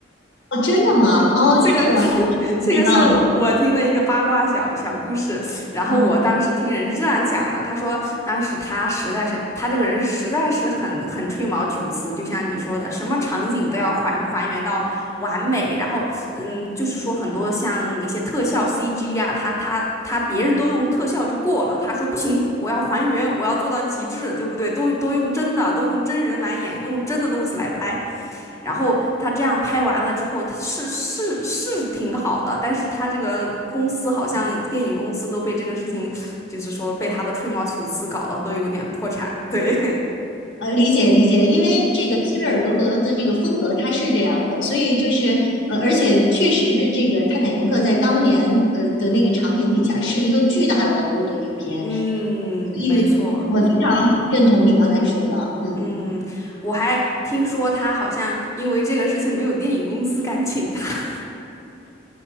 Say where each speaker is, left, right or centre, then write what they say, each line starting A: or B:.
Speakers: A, on the left (about 70°); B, on the left (about 15°).
A: 哦，真的吗？哦，
B: 这个
A: 这个我还
B: <laughs>
A: 不知道。
B: 这个是我我听的一个八卦小小故事，然后我当时听人是这样讲的，
A: 嗯，
B: 他说当时他实在是他这个人实在是很很吹毛求疵，就像你说的，什么场景都要还还原到完美，然后嗯，就是说很多像一些特效 CG 啊，他他他别人都用特效就过了，他说不行，我要还原，我要做到极致，对不对？都都用真的，都用真人来演，都用真的东西来拍。然后他这样拍完了之后，他是是是挺好的，但是他这个公司好像电影公司都被这个事情，就是说被他的吹毛求疵搞得都有点破产。对，
A: 呃，理解理解，因为这个斯皮尔格伯的这个风格他是这样的，所以就是呃，而且确实是这个《泰坦尼克》在当年呃的那个场景底下是一个巨大的投入的影片，
B: <laughs> 嗯，
A: 所以我非常认同你刚才说的，
B: 没错，
A: 嗯。
B: 嗯，我还听说他好像因为这个事情没有电影公司敢请他。